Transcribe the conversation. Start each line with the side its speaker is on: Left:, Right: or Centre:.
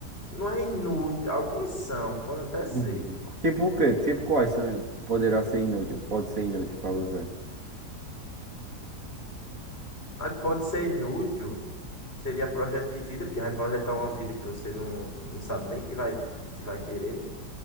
Left: Não é inútil, algumas são, pode até ser.
Right: Uhum. Tipo o quê? Tipo quais são, poderá ser inútil, pode ser inútil pra você.
Left: Mas que pode ser inútil, seria projeto de vida, porque vai projetar uma vida que você não, não sabe nem que vai, que vai querer.